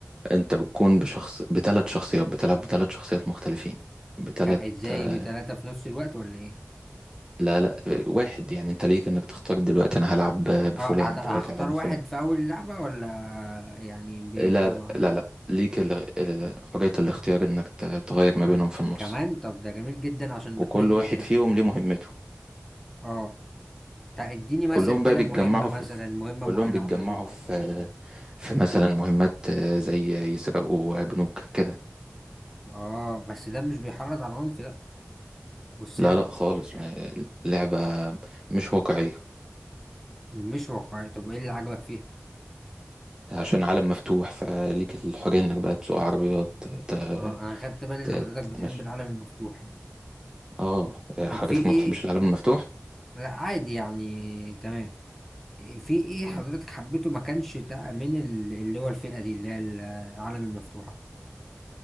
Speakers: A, on the right; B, in the centre.
A: أنت بتكون بشخص بتلات شخصيات بتلعب بتلات شخصيات مختلفين بتلات
B: ك- ازاي
A: آه،
B: بثلاثه في نفس الوقت ولا ايه
A: لا لا واحد يعني أنت ليك إنك تختار دلوقتي أنا هلعب بفلان
B: اه هت- هختار
A: دلوقتي هلعب بفلان
B: واحد في اول لعبه ولا يعني بيبقى
A: لا لا
B: معايا
A: لا, لا. ليك ال- ال- حرية الاختيار إنك ت- تغير ما بينهم في النص
B: كمان طب ده جميل جدا عشان
A: وكل
B: ما تملش
A: واحد
B: ده
A: فيهم ليه مهمته
B: اه طب اديني مثل
A: كلهم
B: كده
A: بقى بيتجمعوا
B: مهمه مثلا
A: في في-
B: مهمه
A: كلهم
B: معينه
A: بيتجمعوا
B: عملوها
A: في
B: وكده
A: في مثلا مهمات آه، زي يسرقوا بنوك كده
B: اه بس ده مش بيحرض على العنف ده والسرقه
A: لا لا خالص ما- اللعبة مش واقعية
B: مش واقعي طب ايه اللي عجبك فيها
A: عشان عالم مفتوح فليك الحرية انك بقى تسوق عربيات ت-
B: اه انا خدت بالي
A: ت-
B: ان حضرتك
A: تتمشى
B: بتحب العالم المفتوح يعني
A: اه حضرتك
B: طب في
A: ما
B: ايه
A: بتحبش العالم المفتوح
B: لا عادي يعني تمام في ايه
A: تمام.
B: حضرتك حبيته ما كانش ده من ال- اللي هو الفئة دي اللي هي العالم المفتوحة